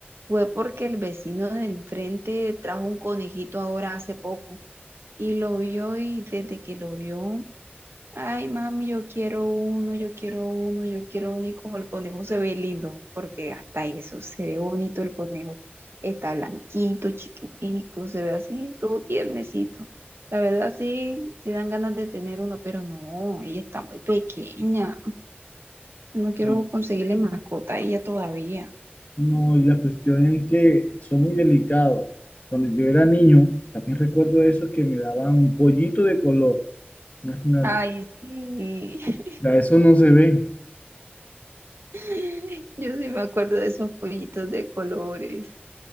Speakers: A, on the right; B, on the left.
A: fue porque el vecino del frente trajo un conejito ahora hace poco y lo vio y desde que lo vio Ay, mami, yo quiero uno, yo quiero uno, yo quiero uno. Y como el conejo se ve lindo, porque hasta eso se ve bonito el conejo. Está blanquito, chiquitico, se ve así, todo tiernecito. La verdad, sí, sí dan ganas de tener uno, pero no, ella está muy pequeña. No quiero
B: Y
A: conseguirle mascota a ella todavía.
B: No, y la cuestión es que son muy delicados. Cuando yo era niño, también recuerdo eso que me daban un pollito de color. Imagínate,
A: Ay, sí.
B: ya eso no se ve,
A: <laughs> Yo sí me acuerdo de esos pollitos de colores.